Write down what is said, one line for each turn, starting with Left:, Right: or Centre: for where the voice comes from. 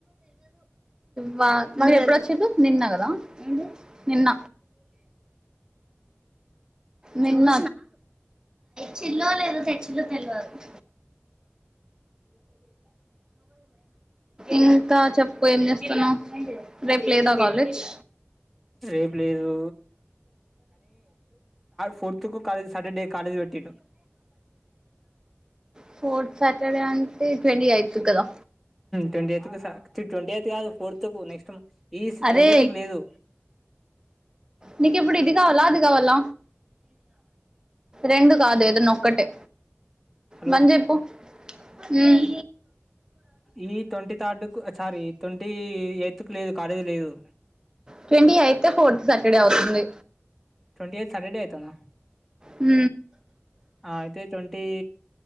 Right: మ ఎ నిన్న కదా నిన్న నిన్న చ్చలో లేదా తెచ్చిలో తెలియదు ఇంకా చెప్పు ఏం చేస్తుాన్నా రేపు లేదా కాలేజ్
Centre: రేపు లేదు ఫర్తుాలజ్ సాటర్డే కాలేజ్ పెట్టి
Right: ఫోర్త్ సాటర్డే అంటే ట్వంటీ యితు కదా
Centre: ట్వంటీ ఎయి ట్వంటీ ఎయిత్ కాదు ఫోర్త్ నెక్స్ట్ ఈ
Right: అరే
Centre: ట్వంటీ ఎత్ కి లేదు
Right: నీక ఇప్పుడు ఇది కావాలా అది కావాల రెండు కాదు ఏదన్నా ఒక్కటే
Centre: హలో
Right: బంద చెప్పు హమ్
Centre: ఈ ట్వంటీ థర్డ్ క సారీ ట్వంటీ ఎయిత్ క లేదు కాలేజీ లేదు
Right: ట్వంటీ ఎయితే ఫోర్త్ సాటర్డే అవుతుంది
Centre: ట్వంటీ ఎయిట్ సటర్డే ఎయినా
Right: హ
Centre: ఆ అయితే ట్వంటీ